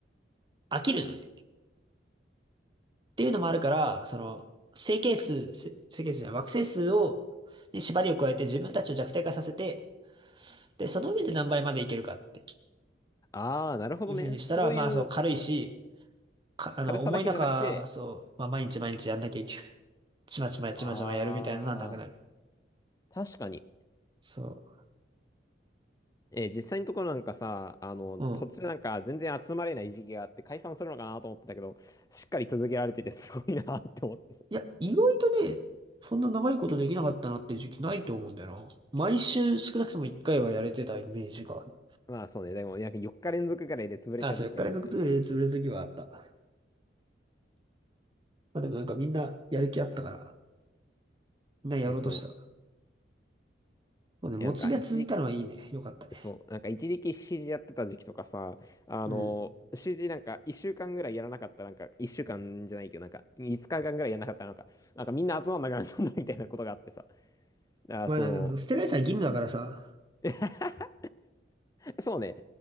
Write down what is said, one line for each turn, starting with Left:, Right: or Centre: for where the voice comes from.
Right: 飽きるのね。っていうのもあるから、その、整形数、せ整形数じゃない、惑星数を、に縛りを加えて自分たちを弱体化させて、で、その上で何倍までいけるかって
Left: ああ、なるほどね。
Right: いうふうにしたら、
Left: そういう
Right: まあ、そう、軽いし、か、あの、
Left: 軽さだけじゃなくて、
Right: 重い中、そう、まあ、毎日毎日やんなきゃいけない。ちまちまやちまちまやるみたいなのはなくなる。
Left: ああ、確かに。
Right: そ
Left: えー実際のところなんかさ、あの、
Right: う。うん。
Left: 途中なんか全然集まれない時期があって解散するのかなと思ってたけど、しっかり続けられててすごいなって思って。
Right: いや、意外とね、そんな長いことできなかったなっていう時期ないと思うんだよな。毎週少なくとも一回はやれてたイメージがある。
Left: <laughs> まあそうね、でもなんか4日連続ぐらいで潰れた時期あったじゃん。
Right: あ、そう、4日連続潰れ、
Left: そうそうそうそう。
Right: 潰れる時はあった。まあでもなんかみんなやる気あったから、みんなやろうとしたから。
Left: え、そう。
Right: もうね、
Left: えなんか一時、
Right: モチベが続いたのはいいね。よかったね。
Left: そう、なんか一時期 CG やってた時期とかさ、あの、
Right: うん。
Left: CG なんか1週間ぐらいやらなかったらなんか1週間じゃないけど、なんか5日間ぐらいやらなかったらなんか、なんかみんな集まんなくなったんだみたいなことがあってさ。あ、
Right: まあなんか、
Left: そう。
Right: 捨てられたら義務だからさ、
Left: <laughs> そうね。